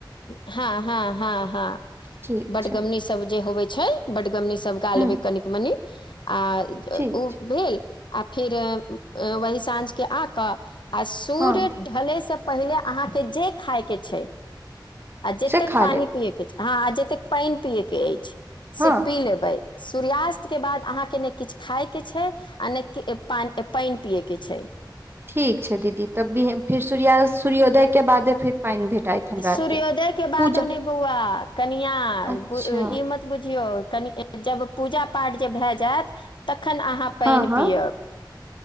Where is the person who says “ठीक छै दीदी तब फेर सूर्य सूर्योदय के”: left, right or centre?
Right